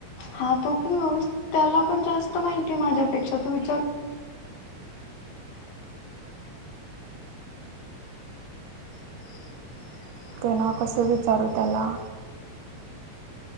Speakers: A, on the left (about 70°); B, on the right (about 80°).
A: हा तो पण व्यव, त्याला पण जास्त माहिती माझ्यापेक्षा तु विचारु <inaudible>
B: ते ना कसं विचारू त्याला?